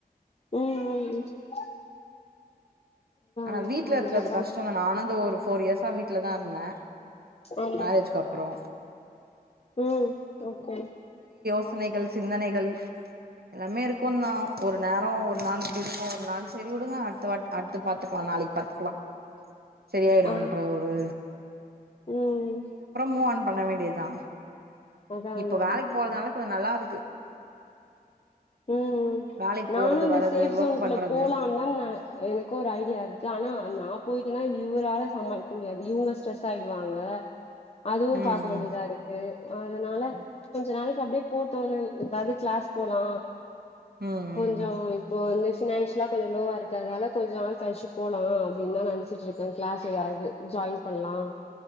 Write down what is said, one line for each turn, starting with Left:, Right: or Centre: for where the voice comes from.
Left: ம் ம் ம்
Right: ஆனா
Left: அதா
Right: வீட்ல இருக்கறது
Left: அதா பா
Right: கஷ்டோ தா நானு இந்த ஒரு ஃபோர் இயர்ஸா வீட்லதா இருந்தே
Left: ஆமா
Right: மேரேஜ்க்கு அப்றோ
Left: ம் ஓகே
Right: பிரச்சனைகள் சிந்தனைகள் எல்லாமே இருக்கு தா ஒரு நேரோ ஒரு நாள் இப்டி இருக்கு ஒரு நாள் செரி உடுங்க அடுத்த வாட் அடுத்து பாத் லாம் நாளைக்கு பத்துக்கலா செரியாடுன்ற
Left: ஆ
Right: ஒரு
Left: ம்
Right: ஃபோன் பண்ண வேண்டிய தா
Left: அதா
Right: இப்ப
Left: அதா
Right: வேலக்கு
Left: அதா
Right: போறதுனால கொஞ்சோ நல்லா இருக்கு
Left: ம்
Right: வேலைக்கு
Left: நானு
Right: போறது
Left: அந்த
Right: வர்றது
Left: சேஃப்
Right: ஒர்க்
Left: சோனுக்குள்ள
Right: பண்றது
Left: போலாம் தானே எனக்கு ஒரு ஐடியா இருக்கு ஆனா நாபோயிட்டேனா இவரால சமாளிக்க முடியாது இவங்க ஸ்ட்ரெஸ் ஆயிடுவாங்க அதுவு
Right: ம்
Left: பாக்க
Right: ம்
Left: வேண்டிய தா இருக்கு க்கு அதனால கொஞ்ச நாளைக்கி அப்டியே போட்டு ஏதாவது கிளாஸ் போலா
Right: ம் ம்
Left: கொஞ்சோ இப்போ இந்த மிஷினஸ்லா கொஞ்சோ லோவா இருக்கறனால கொஞ்சோ நாள் கழிச்சி போலா அப்டின்னு தா நெனைச்சிட்டு இருக்கே கிளாஸ் எதாது ஜாயின் பண்ணலா